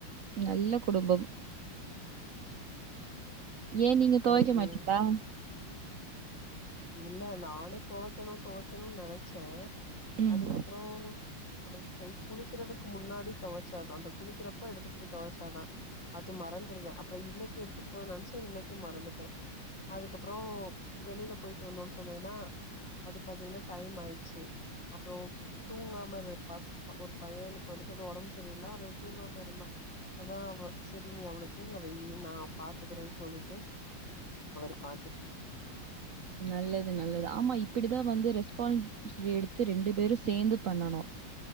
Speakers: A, on the right; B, on the left.
A: நல்ல குடும்பம் ஏ நீங்க
B: தேங்க்யூ
A: தொவைக்கமாட்டீங்களா
B: இல்ல நானு தொவைக்கணு தொவைக்கணுன் நெனச்சே
A: ம்
B: அதுக்கப்றோ அ சேரி குளிக்கிறதுக்கு முன்னாடி தொவச்சாதா அந்த குளிக்கிறப்போ எடுத்து த்து தொவச்சாதா அ த்து மறந்துருவே அப்புறோ இன்னிக்கு எடுத்துட்டுபோவ நெனைச்ச இன்னிக்கு க்கு மறந்துட்டே அதுக்கப்புறோ வெளியில போய்ட்டு வந்தோன் சொன் சொன்னேன்னா அது பாத்தீங்கன்னா டைம் ஆயிருச்சி அப்புறோ தூங்காம இரு ப ஒரு பையனுக்கு வந்து கொஞ்சோ ஒடம்பு சரியில்ல அவே தூங்காம இருந்தா அதா அவ சரி நீ அவன தூங்க வையி நா பாத்துக்கறேன் சொல்லிட்டு அவரு பாத்து
A: நல்லது நல்லது ஆமா இப்பிடிதா வந்து ரெஸ்பான்சிபிட்டி எடுத்து ரெண்டு பேரு சேந்து பண்ணனு